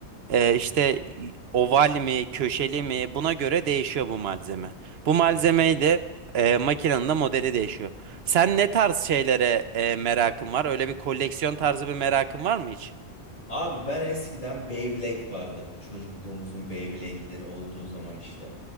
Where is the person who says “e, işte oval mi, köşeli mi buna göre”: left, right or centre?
Right